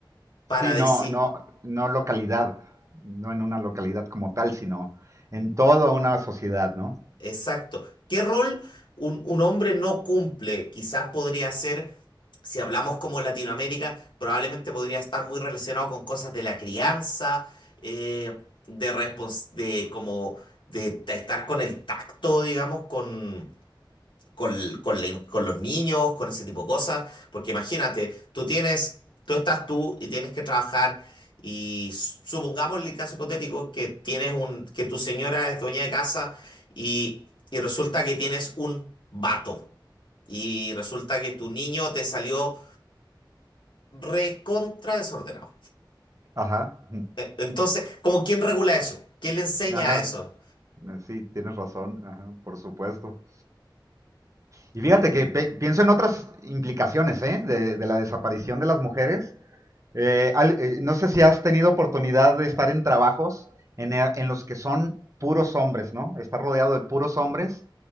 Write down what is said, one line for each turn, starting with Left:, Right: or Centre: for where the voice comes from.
Left: para
Right: sí,
Left: decir,
Right: no, no, no localidad, no en una localidad como tal, sino en toda una sociedad, ¿no?
Left: Exacto. ¿Qué rol un, un hombre no cumple? Quizás podría ser, si hablamos como Latinoamérica, probablemente podría estar muy relacionado con cosas de la crianza, eh, de, respons- de como de, de estar con el tacto, digamos, con con, con la- in- con los niños, con ese tipo de cosas, porque imagínate, tú tienes, tú estás tú y tienes que trabajar y s- supongamos el caso hipotético que tienes un, que tu señora es dueña de casa y, y resulta que tienes un vato y resulta que tu niño te salió recontra desordenado.
Right: Ajá,
Left: E- Entonces, ¿cómo quién regula eso? ¿Quién le enseña
Right: ajá,
Left: eso?
Right: sí, tienes razón, ajá, por supuesto. Y fíjate que pienso en otras implicaciones ¿eh? de, de la desaparición de las mujeres, eh, al- eh, no sé si has tenido oportunidad de estar en trabajos en, e- en los que son puros hombres, ¿no? Estar rodeado de puros hombres